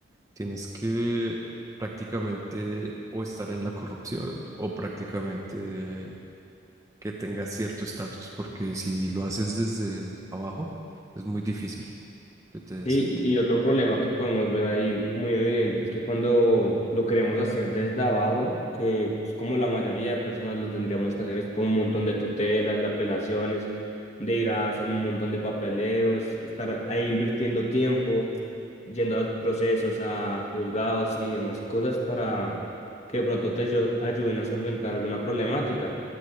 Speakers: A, on the right; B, on the left.
A: tienes que prácticamente o estar en la corrupción o prácticamente que tengas cierto estatus, porque si lo haces desde abajo, es muy difícil que te
B: sí,
A: acepten.
B: y y otro problema que podemos ver ahí muy evidente es que cuando lo queremos hacer desde abajo, que es como la mayoría de personas lo tendríamos que hacer, es por un montón de tutelas, de apelaciones, de ir a hacer un montón de papeleos, estar ahí invirtiendo tiempo, yendo a procesos, a juzgados y demás cosas para que de pronto te ayu- ayuden a solventar alguna problemática.